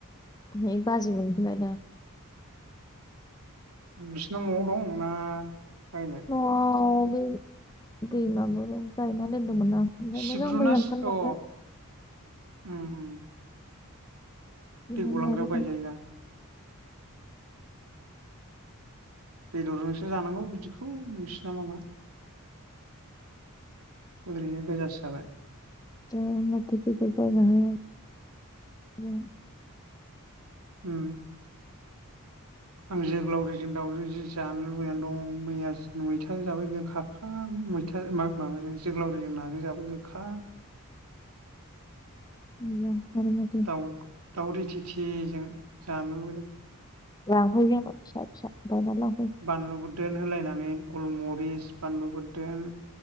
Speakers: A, on the left (about 20°); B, on the right (about 85°).
A: है बाजि मोनखौ लायदा।
B: बिसिना न'आव दं ना बायनाय
A: न'आव बै दैमागुरं गायनानै दोन मोन ना ओमफ्राय
B: सिब्रुना
A: मोजां मोजां
B: अ
A: ओंखार नायखाय
B: उम उम।
A: बिनानै
B: दै गलांग्रायाव
A: लाबोदों
B: गायजायोना? बेदरजोंसो जानांगौ बिदिखौ नोंसिना माबा ओरैनो गोजासो जाबाय।
A: जाया माथो बेदर बायनो हाया जोहा।
B: उम आं जोग्लावरिजों दाउजों जि जानो लुबैनानै दं मैया मैथाजों जाबाय गोखाखा मैथा मा माबाजों जोग्लावरिजों नाजों जाबाय गोखा
A: मोजां आरोमाथो।
B: दाउ दाउ रि थिथिजों जानो लुबैदों।
A: लाहोयो आंनाव फिसा फिसा। बायना लांफै
B: बानलु बुरदोन होलायनानै गुलमरिस पानलु बुरदोन